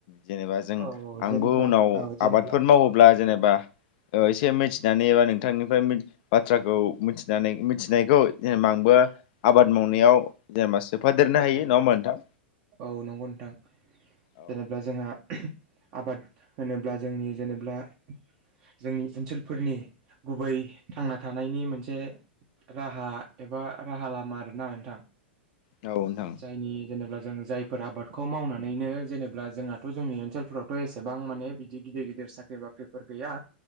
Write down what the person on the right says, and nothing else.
औ
जेनेब्ला
औ जेनेब्ला
औ
औ नंगौ नोंथां
जेनेबा जोंहा। उम आबाद होनोब्ला जोंनि जेनेब्ला जोंनि ओनसोलफोरनि गुबै थांना थानायनि मोनसे राहा एबा राहा लामा आरोना नोंथां।
जायनि जेनेब्ला। जों जायफोर आबादखौ मावनानैनो जेनेब्ला जोंहाथ' जोंनि ओनसोलफोरावथ' एसेबां माने बिदि गिदिर गिदिर। साख्रि बाख्रिफोर गैया